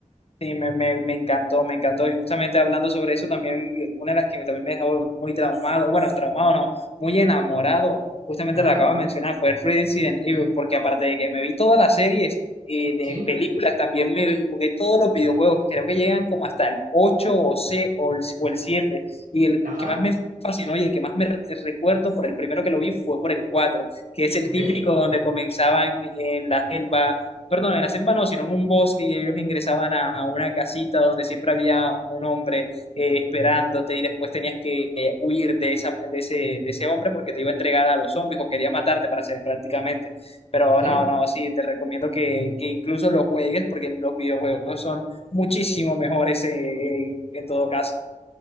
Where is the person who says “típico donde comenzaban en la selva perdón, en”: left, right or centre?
Left